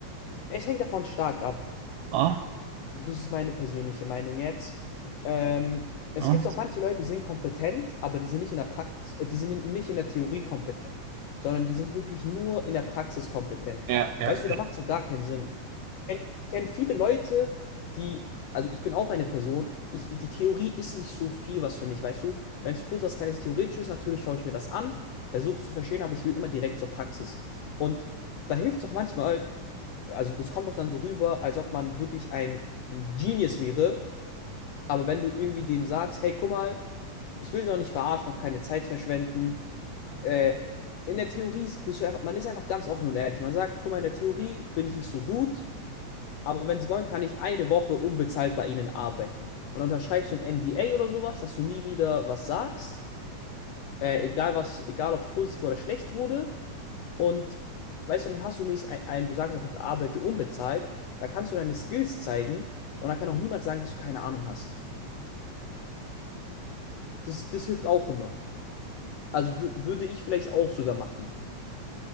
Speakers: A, on the left; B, on the right.
A: es hängt davon stark ab.
B: Ah?
A: Das ist meine persönliche Meinung jetzt. Ähm, es
B: Ah?
A: gibt auch manche Leute, die sind kompetent, aber die sind nicht in der Praxis, äh, die sind in- nicht in der Theorie kompetent, sondern die sind wirklich nur in der Praxis kompetent.
B: Ja, ja.
A: Weißt du, da macht es auch gar keinen Sinn. kenn- ich kenne viele Leute, die, also ich bin auch eine Person, ich, die Theorie ist nicht so viel was für mich, weißt du? Wenn es kurz was kleines Theoretisches ist, natürlich schaue ich mir das an, versuche es zu verstehen, aber ich will immer direkt zur Praxis. Und da hilft es auch manchmal, also das kommt auch dann so rüber, als ob man wirklich ein Genius wäre, aber wenn du irgendwie dem sagst, hey, guck mal, ich will sie auch nicht verarschen, noch keine Zeit verschwenden, äh, in der Theorie bist du einfach, man ist einfach ganz offen und ehrlich. Man sagt, guck mal, in der Theorie bin ich nicht so gut. Aber wenn sie wollen, kann ich eine Woche unbezahlt bei ihnen arbeiten. Und dann unterschreibst du ein NDA oder sowas, dass du nie wieder was sagst. Äh, egal was, egal ob es positiv oder schlecht wurde. Und weißt du, dann hast du mich ein, ein, du sagst auch, ich arbeite unbezahlt. Da kannst du deine Skills zeigen und da kann auch niemand sagen, dass du keine Ahnung hast. Das, das hilft auch immer. Also wü- würde ich vielleicht auch sogar machen.